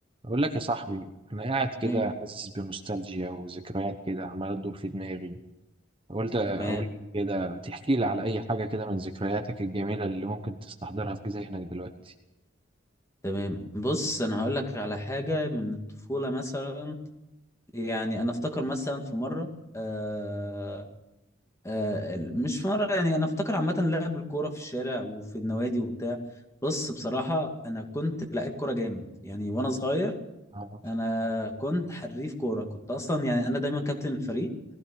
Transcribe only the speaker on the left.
ايه
تمام
تمام بص انا هقول لك على حاجه من الطفوله مثلا يعني انا افتكر مثلا في مره آه آه ال- مش في مره يعني انا افتكر عامه لعب الكوره في الشارع وفي النوادي وبتاع بص بصراحه انا كنت لعيب كوره جامد يعني وانا صغير
انا كنت حريف كوره كنت اصلا يعني انا دايما كابتن الفريق